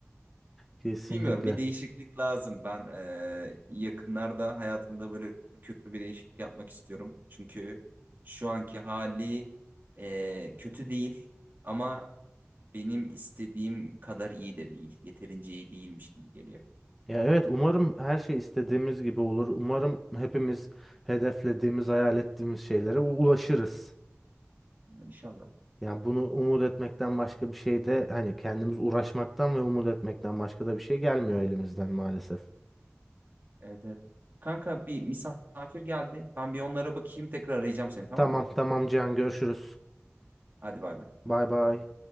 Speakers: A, in the centre; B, on the right.
A: Kesinlikle.
B: Bilmiyorum bir değişiklik lazım. Ben eee, yakınlarda hayatımda böyle köklü bir değişiklik yapmak istiyorum. Çünkü şu anki hali eee, kötü değil ama benim istediğim kadar iyi de değil. Yeterince iyi değilmiş gibi geliyor.
A: Ya evet umarım her şey istediğimiz gibi olur. Umarım hepimiz hedeflediğimiz, hayal ettiğimiz şeylere u- ulaşırız.
B: Yani İnşallah.
A: Yani bunu umut etmekten başka bir şey de hani kendimiz uğraşmaktan ve umut etmekten başka da bir şey gelmiyor elimizden maalesef.
B: Evet, evet. Kanka bir misafir geldi. Ben bir onlara bakayım tekrar arayacağım seni tamam
A: Tamam
B: mı?
A: tamam Cihan görüşürüz.
B: Hadi bay bay.
A: Bay bay.